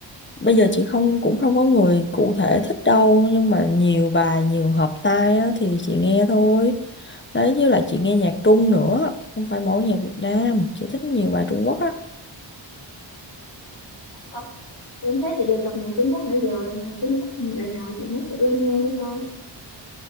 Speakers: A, on the left (about 25°); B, on the left (about 70°).
A: bây giờ chị không cũng không có người cụ thể thích đâu, nhưng mà nhiều bài, nhiều hợp tai á, thì chị nghe thôi. Đấy với lại chị nghe nhạc Trung nữa, không phải mỗi nhạc Việt Nam, chị thích nhiều bài Trung Quốc á.
B: Ờ, Em thấy chị đề cập nhạc Trung Quốc nãy giờ, nhạc Trung Quốc bài nào chị nói thử em nghe thử coi.